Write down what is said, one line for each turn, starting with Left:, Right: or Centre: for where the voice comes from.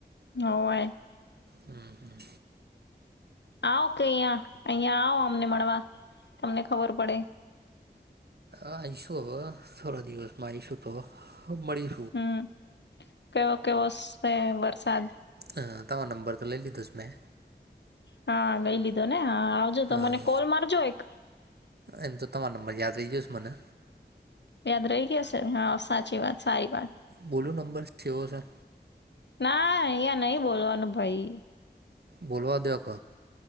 Left: હય
Right: હમ હમ.
Left: આવ કે અહં અહં આવ અમને મળવા તમને ખબર પડે
Right: આઈશુ હ થોડા દિવસમાં આઈશુ તો મળી
Left: હમ કેવો કેવો છે વરસાદ
Right: હ તોવા નંબર તો લઈ લ લો ત મેં
Left: હા લઈ લીધો ને આવજો
Right: હા
Left: તો મને કોલ મારજો એક
Right: એમ તો તમારા નંબર યાદ રહી જશ મને
Left: યાદ રહી ગયા હ છે હા સાચી વાત સારી વાત
Right: બોલો નંબર છ ઓ સર
Left: ના અહીંયા નહી બોલવાનું ભાઈ
Right: બોલવા દક